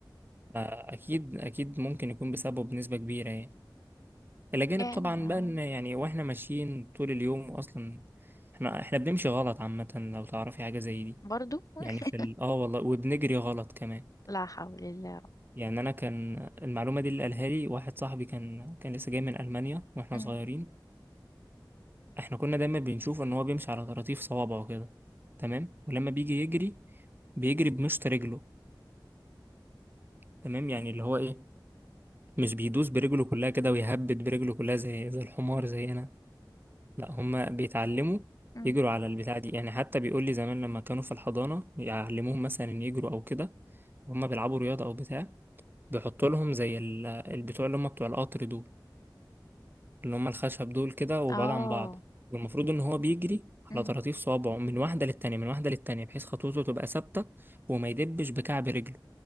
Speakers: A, on the right; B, on the left.
A: اكيد اكيد ممكن يكون بسببه بنسبه كبيره يعني الى جانب
B: يعني
A: طبعا
B: آه،
A: بقى ان يعني واحنا ماشيين طول اليوم اصلا احنا احنا بنمشي غلط عامه لو تعرفي حاجه زي دي
B: برضو
A: يعني
B: <laughs>
A: في ال- اه والله وبنجري غلط كمان
B: لا حول الله
A: يعني انا كان المعلومه دي اللي قالها لي واحد صاحبي كان كان لسه جاي من المانيا واحنا
B: أم،
A: صغيرين احنا كنا دايما بنشوف ان هو بيمشي على طراطيف صوابعه كده تمام ولما بيجي يجري بيجري بمشط رجله تمام يعني اللي هو ايه مش بيدوس برجله كلها كده ويهبد برجله كلها زي زي الحمار زينا لا هما بيتعلموا
B: أم.
A: يجروا على البتاع دي يعني حتى بيقول لي زمان لما كانوا في الحضانة يعلموهم مثلا ان يجروا او كده وهم بيلعبوا رياضة او بتاع بيحطوا لهم زي ال- البتوع اللي هم بتوع القطر دول اللي هم الخشب دول كده وبعاد
B: اه
A: عن بعض والمفروض ان هو بيجري على
B: أم.
A: طراطيف صوابعه من واحده للتانيه من واحده للتانيه بحيث خطوته تبقى ثابته وما يدبش بكعب رجله